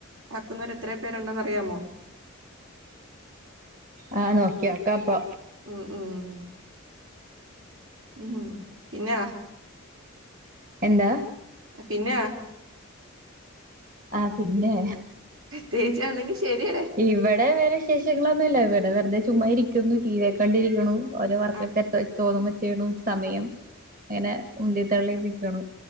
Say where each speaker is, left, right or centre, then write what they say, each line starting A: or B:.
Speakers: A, on the right; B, on the right.
A: ആക്കുന്നവർ എത്രയോ പേരുണ്ടെന്നറിയാമോ
B: ആഹ് നോക്കിയോക്കാപ്പൊ
A: ഉം ഉം ഉം പിന്നാ
B: എന്താ
A: പിന്നാ
B: ആഹ് പിന്നെ
A: ചേച്ചി എന്നെങ്കി ശെരിയേ
B: ഇവടെ വേറെ വിശേഷങ്ങളൊന്നും ഇല്ല ഇവിടെ വെറുതെ ചുമ്മായിരിക്കുന്നു ടി വി യൊക്കെ കണ്ടിരിക്കണു ഓരോ വർക്കൊക്കെ
A: ആ
B: എത്ര തോന്നുമ്പോ ചെയ്യണു സമയം ഇങ്ങനെ ഉന്തി തള്ളി നിക്കണു